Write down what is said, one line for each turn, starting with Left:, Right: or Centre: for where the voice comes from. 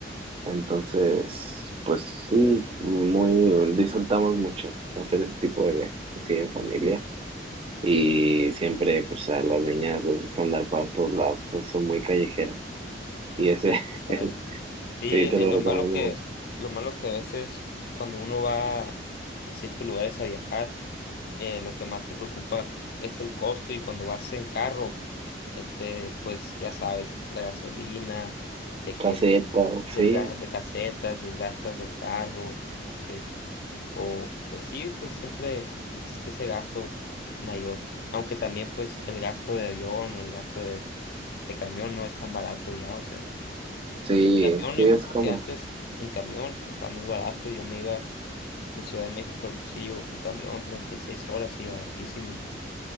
Right: Entonces, pues sí, muy, disfrutamos mucho hacer ese tipo de viajes, sí, en familia. Y siempre, pues a las niñas les gusta andar para todos lados, pues son muy callejeras. Y ese,
Left: Órale, qué padre.
Right: <laughs>
Left: Sí,
Right: Sí,
Left: eh,
Right: te lo
Left: lo
Right: recomendamos.
Left: malo que, lo malo que a veces cuando uno va a ciertos lugares a viajar, eh, lo que más te preocupa es el costo y cuando vas en carro, este, pues ya sabes, la gasolina, de que
Right: Caseta,
Left: desga-
Right: sí,
Left: de casetas, desgastas el carro, este, o pues sí, pues siempre existe ese gasto mayor, aunque también pues el gasto de avión o el gasto de, de camión no es tan barato ya, o sea
Right: sí,
Left: camión,
Right: sí,
Left: yo me
Right: es
Left: acuerdo
Right: como,
Left: que antes en camión estaba muy barato. Yo me iba de Ciudad de México a Hermosillo en camión, 36 horas y baratísimo.